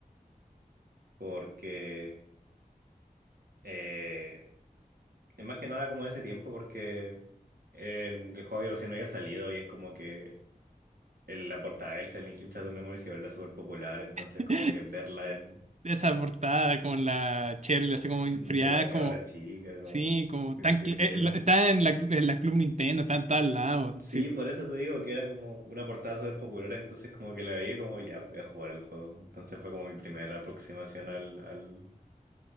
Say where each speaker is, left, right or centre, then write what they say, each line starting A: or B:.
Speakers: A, on the right; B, on the right.
A: porque eh, es más que nada como ese tiempo, porque en- el juego había recién había salido y es como que el- la portada del Silent Hill Shattered Memories igual era súper popular, entonces
B: <laughs>
A: como que verla en,
B: esa portada con la Cheryl así como enfriada,
A: de la cabra
B: como,
A: chica, como
B: sí, como
A: de
B: tan,
A: de
B: cl-
A: hielo.
B: eh, la- está en la, en la Club Nintendo, está en todos lados,
A: Sí,
B: sí.
A: por eso te digo que era como una portada súper popular, entonces como que la veía como ya voy a jugar el juego. Entonces fue como mi primera aproximación al, al,